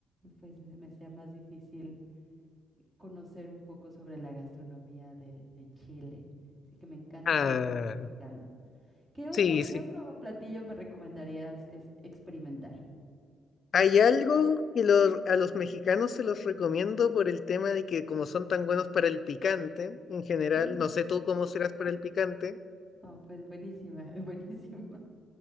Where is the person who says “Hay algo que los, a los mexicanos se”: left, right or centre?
Left